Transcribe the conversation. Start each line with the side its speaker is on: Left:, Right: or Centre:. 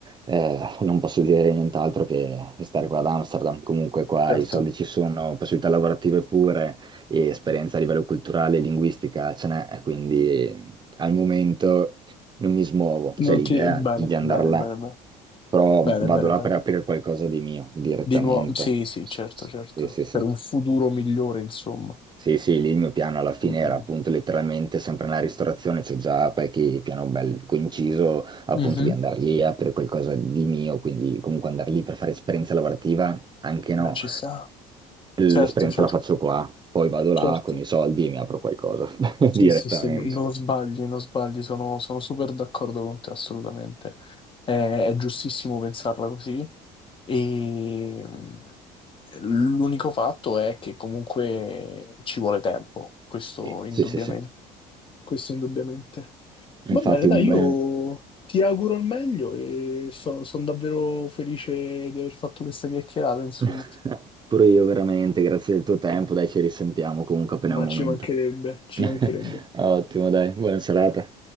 Right: eh, non posso dire nient'altro che stare qua ad Amsterdam, comunque qua
Left: Certo.
Right: i soldi ci sono, possibilità lavorative pure e esperienza a livello culturale e linguistica ce n'è, quindi eh, al momento non mi smuovo, c'è
Left: Non
Right: l'idea
Left: ti... Bene,
Right: di andare
Left: bene,
Right: là,
Left: bene, bene,
Right: però
Left: bene,
Right: vado
Left: bene,
Right: là
Left: bene.
Right: per aprire qualcosa di mio direttamente.
Left: Di nuovo, sì, sì,
Right: Sì,
Left: certo, certo.
Right: sì, sì.
Left: Per un futuro migliore, insomma.
Right: Sì, sì, lì il mio piano alla fine
Left: Mm,
Right: era
Left: mm.
Right: appunto letteralmente sempre nella ristorazione, c'ho già qualche piano bello coinciso appunto
Left: Mhm.
Right: di andare lì a aprire qualcosa di mio, quindi comunque andare lì per fare esperienza lavorativa, anche no,
Left: Beh, ci sta.
Right: l'esperienza
Left: Certo, certo,
Right: la faccio qua, poi vado
Left: certo.
Right: là con i soldi e mi apro qualcosa <laughs>
Left: Sì,
Right: direttamente.
Left: sì, sì, n- non sbagli, non sbagli, sono, sono super d'accordo con te, assolutamente. È, è giustissimo pensarla così. E mm, l'unico fatto è che comunque ci vuole tempo, questo
Right: Sì,
Left: indubbiamente.
Right: sì, sì. sì.
Left: questo indubbiamente. Va
Right: Infatti
Left: bene, dai,
Right: un bel...
Left: io ti auguro il meglio e sono davvero felice di aver fatto questa chiacchierata, insomma,
Right: <laughs> Pure io veramente, grazie del tuo tempo, dai, ci risentiamo comunque appena
Left: ma
Right: è un momento.
Left: ci mancherebbe, ci
Right: <laughs>
Left: mancherebbe.
Right: Ottimo, dai, buona serata.